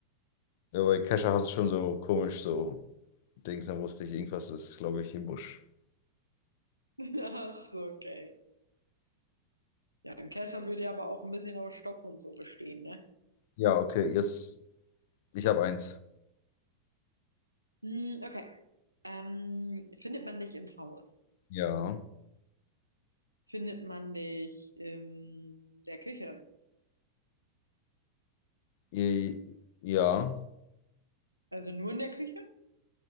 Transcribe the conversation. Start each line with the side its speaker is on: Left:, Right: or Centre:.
Left: Ja, bei Kescher hast du schon so komisch so Dings, da wusste ich, irgendwas ist, glaube ich, im Busch.
Right: <laughs> Ach so, okay. Ja, ein Kescher würde ja aber auch ein bisschen aus Stoff und so bestehen, ne?
Left: Ja, okay, jetzt, ich habe eins.
Right: Hm, okay. Ähm, findet man dich im Haus?
Left: Ja.
Right: Findet man dich in der Küche?
Left: I, ja.
Right: Also nur in der Küche?